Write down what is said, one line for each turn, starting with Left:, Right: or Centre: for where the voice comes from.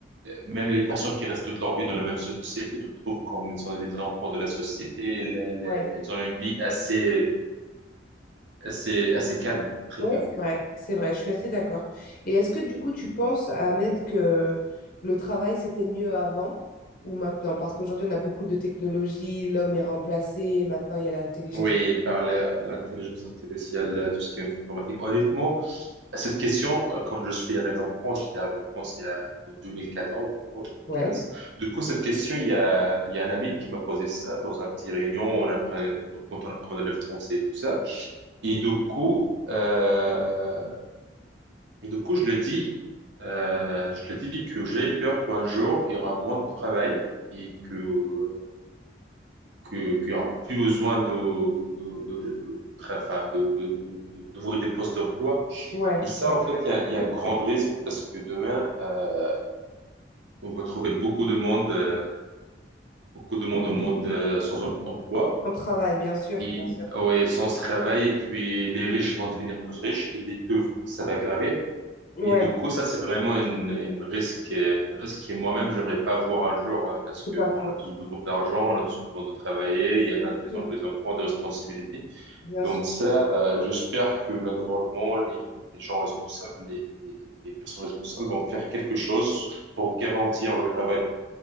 Right: Même les personnes qui restent toute leur vie dans la même société, tu trouves comme ils sont les enfants de la société, les- les-
Left: ouais.
Right: ils ont une vie assez, assez, assez calme, très
Left: Oui,
Right: calme.
Left: c'est vrai, c'est vrai, je suis assez d'accord. Et est-ce que du coup,
Right: Mhm.
Left: tu penses, Ahmed, que le travail, c'était mieux avant ou maintenant? Parce qu'aujourd'hui, on a beaucoup de technologies, l'homme est remplacé, maintenant, il y a l'intelligence.
Right: Oui, par la- l'intelligence artificielle, tout ce qui est informatique. Honnêtement, cette question, euh, quand je suis arrivé en France, j'étais arrivé en France il y a- en 2014, je crois, 2015.
Left: Ouais,
Right: Du coup, cette question, il y a, il y a un ami qui m'a posé ça dans un petit réunion, on apprenait- quand on apprenait le français et tout ça. Et du coup, euh, Et du coup, je le dis, euh, je le dis que j'ai peur qu'un jour, il y aura moins de travail et que, que, qu'il y aura plus besoin de, de, de, de, de tra- enfin, de- de- de- de- d'ouvrir des postes d'emploi.
Left: ouais,
Right: Et ça,
Left: ouais.
Right: en fait, il y a, il y a un grand risque parce que demain, euh, on va trouver beaucoup de monde, euh, beaucoup de monde en mode euh, sans em- emploi
Left: En travail, bien sûr,
Right: et
Left: bien sûr.
Right: ouais, sans travail. Et puis, les riches vont devenir plus riches et les pauvres, ça va gravir.
Left: Ouais,
Right: Et du coup, ça, c'est vraiment une, une risque, euh, une risque que moi-même, j'aimerais pas voir un jour, hein, parce
Left: c'est
Right: que
Left: pas
Right: on
Left: faux.
Right: a tous besoin d'argent, on a tous besoin de travailler, il y en a
Left: Bien
Right: qui ont
Left: sûr,
Right: des enfants, des responsabilités.
Left: bien
Right: Donc
Left: sûr.
Right: ça, euh, j'espère que le gouvernement, les, les gens responsables, les, les- les personnes responsables vont faire quelque chose pour garantir le travail.